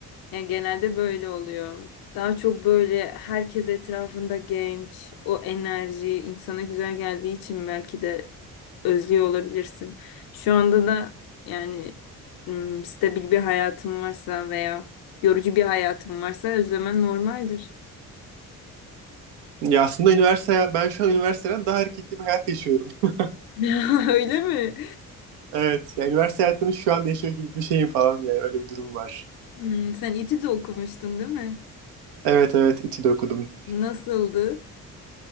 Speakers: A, on the left; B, on the right.
A: Yani genelde böyle oluyor. Daha çok böyle herkes etrafında genç, o enerji insana güzel geldiği için belki de özlüyor olabilirsin. Şu anda da yani ım, stabil bir hayatım varsa veya yorucu bir hayatım varsa özlemen normaldir.
B: Ya aslında üniversite ben şu an üniversiteden daha hareketli bir hayat yaşıyorum. <laughs>
A: <laughs> Öyle mi?
B: Evet, yani üniversite hayatını şu an yaşıyor gibi bir şeyim falan yani öyle bir durum var.
A: Hmm, sen İTÜ'de de okumuştun değil mi?
B: Evet evet İTÜ'de okudum.
A: Nasıldı?